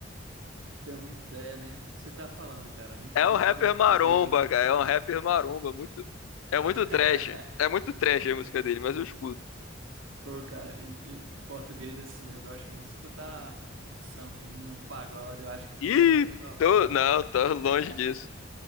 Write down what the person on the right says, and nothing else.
Tenho uma ideia nem do que você tá falando, cara. Nunca
ouvi
falar.
<laughs> B
<laughs>
Ô, cara, em, em português, assim, eu gosto muito de escutar um sambinha, um pagode. Eu acho que não
tem nada a ver com a tua vibe,
né?
<laughs>